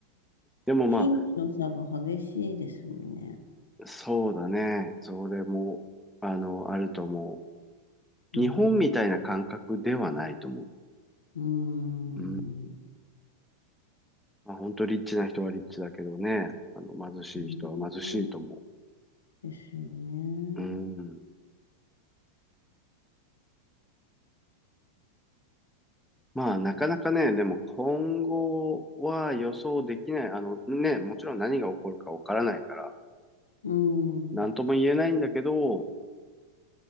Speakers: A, in the centre; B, on the left (about 70°).
A: でもまあ、
B: 貧富の差が激しいですもんね。
A: そうだね。それも、あの、あると思
B: うん、
A: う。日本みたいな感覚ではないと思
B: うん、
A: う。うんまあ本当リッチな人はリッチだけどね、あの貧しい人は貧しいと思
B: ねえですよね。
A: う。うん。まあなかなかね、でも今後は予想できない。あのね、もちろん何が起こるかわからないから、
B: うん、
A: なんとも言えないんだけど、
B: う